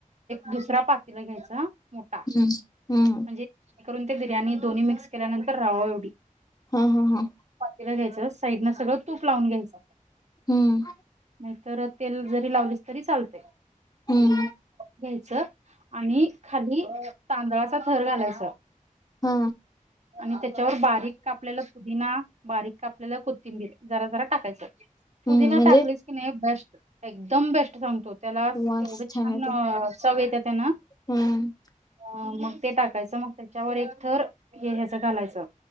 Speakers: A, on the right; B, on the left.
A: दुसऱ्या पातेल घ्यायचा मोठा
B: हम्म हम्म
A: म्हणजे करून ते बिर्याणी दोन्ही मिक्स केल्यानंतर राव्हाव एवढी
B: हा हा हा
A: घ्यायच साईडन सगळं तूप लावून घ्यायचं
B: हम्म
A: नाहीतर तेल जरी लावलीस तरी चालतय
B: हम्म
A: घ्यायच आणि खाली तांदळाचा थर घालायच
B: हा
A: आणि त्याच्यावर बारीक कापलेला पुदिना बारीक कापलेला कोथिंबीर जरा जरा टाकायचं पुदिना
B: हम्म म्हणजे
A: टाकलेस की नाही हे बेस्ट एकदम बेस्ट सांगतो त्याला
B: वास
A: एवढं छान
B: येते
A: चव येत त्याना
B: हम्म
A: मग ते टाकायचं मग त्याच्यावर एक थर हे ह्याचं घालायचं